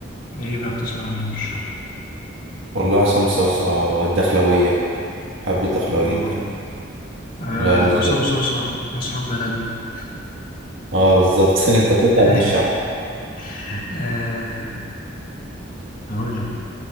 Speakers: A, on the left; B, on the right.
A: ايه بقى بتسمع مين في الشعب
B: والله عصام صاصا الدخلويه بحب الدخلويه
A: اه
B: جدا
A: آه،
B: لا له
A: عصام
B: زاد
A: صاصة احنا اصحاب بلدنا
B: اه بالظبط <laughs> انت بتسمع
A: <laughs>
B: من الشعب
A: آه، هقول لك